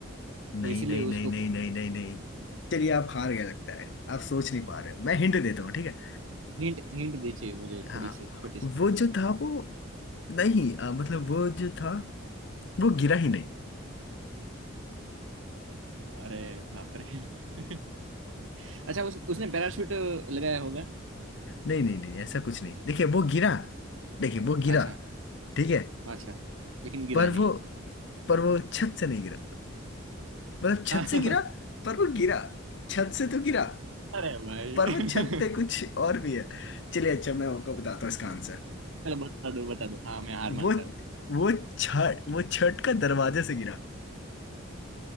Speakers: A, on the left; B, on the right.
A: नहीं
B: तो इसीलिए
A: नहीं
B: उसको
A: नहीं नहीं नहीं नहीं नहीं चलिए आप हार गए लगता है आप सोच नहीं पा रहे मैं हिंट देता हूँ ठीक है
B: हिंट हिंट दीजिए मुझे
A: हाँ
B: थोड़ी सी छोटी सी
A: वो जो था वो नहीं अ, मतलब वो जो था वो गिरा ही नहीं
B: अरे बाप रे <laughs> अच्छा उस, उसने पैराशूट लगाया होगा
A: नहीं नहीं नहीं ऐसा कुछ नहीं देखिए वो गिरा देखिए वो गिरा
B: अच्छा
A: ठीक है
B: अच्छा लेकिन गिरा
A: पर
B: नहीं
A: वो पर वो छत से नहीं गिरा मतलब छत
B: <laughs>
A: से गिरा
B: हाँ
A: पर वो गिरा छत से तो गिरा
B: अरे भाई
A: पर वो छत पे
B: <laughs>
A: कुछ और भी है चलिए अच्छा मैं आपको बताता हूँ इसका आंसर
B: चलो बता दो बता दो हाँ मैं हार
A: वो
B: मानता हूँ
A: वो छत वो छत का दरवाजे से गिरा